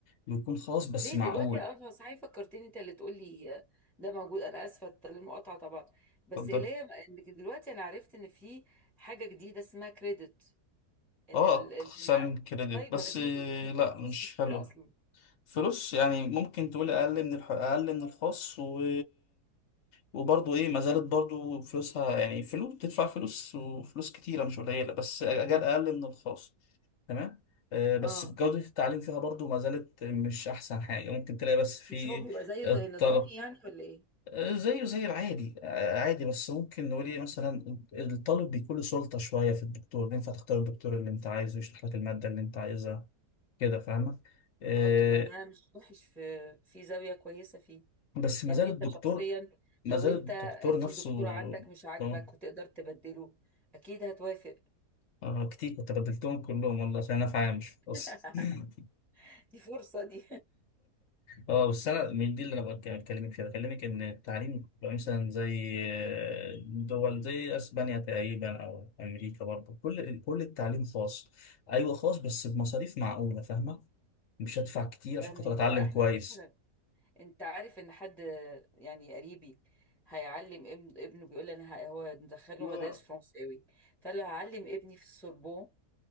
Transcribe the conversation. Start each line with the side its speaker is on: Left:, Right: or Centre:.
Left: ويكون خاص بس
Centre: ليه
Left: معقول
Centre: دلوقتي اه صحيح فكرتني انت اللي تقولي آه، ده موجود انا اسفه للمقاطعه طبعا بس
Left: اتفضل
Centre: اللي هي انك دلوقتي انا عرفت ان في حاجه جديده اسمها كريدت ان
Left: اه
Centre: ال-
Left: اقسام
Centre: الجامعات
Left: كريدت
Centre: طيب
Left: بس
Centre: ما دي
Left: آه،
Centre: دي بتاخد
Left: لا
Centre: فلوس
Left: مش
Centre: كتير
Left: حلو
Centre: اصلا
Left: فلوس يعني ممكن تقول اقل من الح... اقل من الخاص و... وبرضه ايه ما زالت برضه فلوسها يعني فلوس تدفع فلوس وفلوس كتيره مش قليله بس اجال اقل من الخاص تمام آه، بس
Centre: اه
Left: جوده التعليم فيها برضه ما زالت مش احسن حاجه ممكن تلاقي بس في
Centre: مش هو بيبقى زيه
Left: الطلب
Centre: زي نظامي يعني ولا ايه
Left: آه، زيه زي العادي آه، عادي بس ممكن نقول ايه مثلا الطالب بيكون له سلطه شويه في الدكتور ينفع تختار الدكتور اللي انت عايزه يشرح لك الماده اللي انت عايزها كده فاهمه آه،
Centre: اه طب ما ده مش وحش في في زاويه كويسه فيه
Left: بس ما
Centre: يعني
Left: زال
Centre: انت
Left: الدكتور
Centre: شخصيا
Left: ما
Centre: لو
Left: زال
Centre: انت
Left: الدكتور
Centre: في
Left: نفسه
Centre: دكتور عندك مش عاجبك
Left: آه،
Centre: وتقدر تبدله اكيد هتوافق
Left: آه، كتير كنت بدلتهم كلهم والله عشان انا في عامش بس
Centre: <laughs>
Left: <laughs>
Centre: دي فرصه دي
Left: اه بس انا من دي اللي انا بك- بكلمك فيها بكلمك ان التعليم بيبقى مثلا زي آه، دول زي اسبانيا تقريبا او امريكا برضه كل كل التعليم خاص ايوه خاص بس بمصاريف معقوله فاهمه مش هدفع كتير عشان
Centre: فاهمك
Left: خاطر اتعلم
Centre: لا احنا
Left: كويس
Centre: بنسأل انت عارف ان حد يعني قريبي هيعلم ابن ابنه بيقول لي انا ه- هو مدخله
Left: اه
Centre: مدارس فرنساوي فقال له هعلم ابني في السوربون